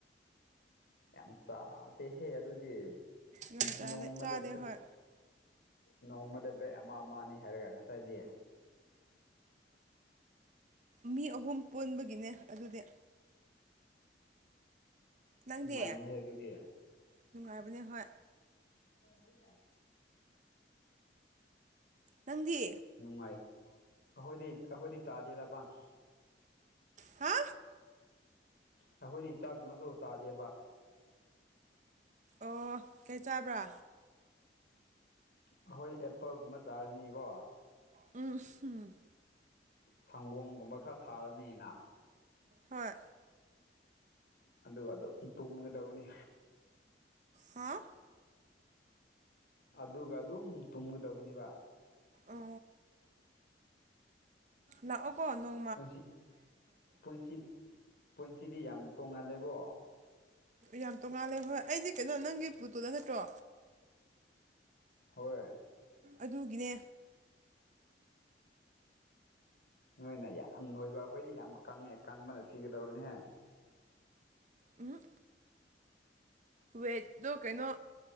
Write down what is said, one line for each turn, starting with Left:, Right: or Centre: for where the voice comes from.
Left: ꯌꯥꯝ ꯆꯥꯗꯦꯍꯦ ꯑꯗꯨꯗꯤ
Right: ꯌꯨꯝ ꯆꯥꯗꯦ
Left: ꯅꯣꯡꯃꯗ
Right: ꯆꯥꯗꯦ ꯍꯣꯏ
Left: ꯅꯣꯡꯃꯗ ꯕꯦꯛ ꯑꯃ ꯑꯃꯅꯤ ꯍꯥꯏꯔꯒ ꯉꯁꯥꯏꯗꯤ
Right: ꯃꯤ ꯑꯍꯨꯝ ꯄꯨꯟꯕꯒꯤꯅꯦ ꯑꯗꯨꯗꯤ ꯅꯪꯗꯤ
Left: ꯅꯨꯡꯉꯥꯏꯅꯤꯍꯦ ꯑꯗꯨꯗꯤ
Right: ꯅꯨꯡꯉꯥꯏꯕꯅꯦ ꯍꯣꯏ
Left: ꯍꯗ
Right: ꯅꯪꯗꯤ
Left: ꯅꯨꯡꯉꯥꯏ ꯑꯩꯈꯣꯏꯗꯤ ꯑꯩꯈꯣꯏꯗꯤ ꯆꯥꯗꯦꯗ ꯄ
Right: ꯍꯥ
Left: ꯑꯩꯈꯣꯏꯗꯤ ꯆꯥꯛꯀꯨꯝꯕꯁꯨ ꯇꯥꯗꯦꯕ
Right: ꯑꯣ ꯀꯩ ꯆꯥꯕ꯭ꯔꯥ
Left: ꯑꯩꯈꯣꯏ ꯑꯦꯄꯜꯒꯨꯝꯕ ꯆꯥꯔꯅꯤꯀꯣ
Right: ꯎꯝ ꯎꯝ
Left: ꯁꯪꯒꯣꯝꯒꯨꯝꯕ ꯈꯔ ꯊꯥꯔꯅꯤꯅ
Right: ꯍꯣꯏ
Left: ꯑꯗꯨꯒ ꯑꯗꯨ ꯇꯨꯝꯒꯗꯕꯅꯤ
Right: ꯍꯥꯥ
Left: ꯑꯗꯨꯒ ꯑꯗꯨꯝ ꯇꯨꯝꯒꯗꯧꯕꯅꯦꯕ
Right: ꯎ ꯂꯥꯛꯑꯣ ꯀꯣ ꯅꯪ
Left: ꯄꯨꯟꯁꯤ ꯄꯨꯟꯁꯤꯗꯤ ꯄꯨꯟꯁꯤꯗꯤ ꯌꯥꯝ ꯇꯣꯡꯉꯜꯂꯦꯀꯣ
Right: ꯌꯥꯝ ꯇꯣꯡꯉꯥꯜꯂꯦ ꯍꯣꯏ ꯑꯩꯗꯤ ꯀꯩꯅꯣ ꯅꯪꯒꯤ ꯄꯨꯠꯇꯨꯗ ꯅꯠꯇ꯭ꯔꯣ
Left: ꯍꯣꯏ
Right: ꯑꯗꯨꯒꯤꯅꯦ
Left: ꯅꯣꯏ ꯅ ꯌꯥꯝ ꯅꯣꯏꯕ ꯑꯩꯈꯣꯏꯗꯤ ꯌꯥꯝ ꯀꯪꯉꯛꯦ ꯀꯪꯕꯅ ꯁꯤꯒꯗꯧꯔꯤꯕꯅꯤꯍꯦ
Right: ꯎ ꯋꯦꯠꯇꯣ ꯀꯩꯅꯣ